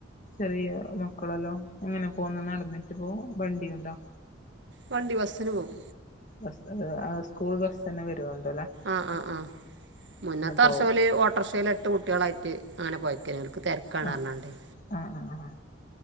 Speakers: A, on the left; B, on the right.
A: ചെറിയ മക്കളെല്ലോ എങ്ങനെ പോന്ന് നടന്നിട്ട് പോവോ വണ്ടിയുണ്ടോ?
B: വണ്ടി ബസ്സിന്‌ പോവും.
A: ബസ്സുണ്ട് ആ സ്കൂൾ ബസ്സെന്നെ വരോന്ത്‌ല്ലേ
B: ആഹ് ആഹ് ആഹ് മുന്നത്തെ
A: പോവും
B: വർഷോല് ഓട്ടർഷേൽ എട്ട് കുട്ടിയോളായിട്ട് അങ്ങനെ പോയ്ക്കെഞു ക്ക് തെരക്കാണർഞ്ഞാണ്ടേ
A: ആഹ് ആഹ് ആഹ് ആഹാ